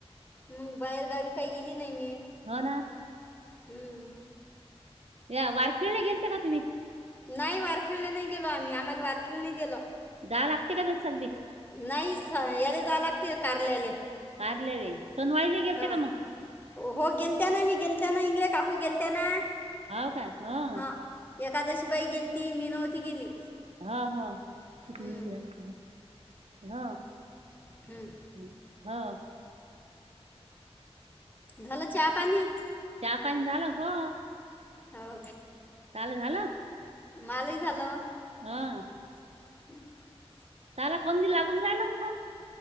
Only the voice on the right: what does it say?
हो ना.
या वारखेळला गेलते का तुम्ही?
जा लागते का ते सगळी?
कारले रे, सोन वाळले गेलते
का मग?
हावं का? हो
हा हा, किती
मिनटं झाले पहाय,
हो हो
चहा पाणी झालं हो.
चालं झालं?
हा.
त्याला कोण दि लागून राहिला मग फोन.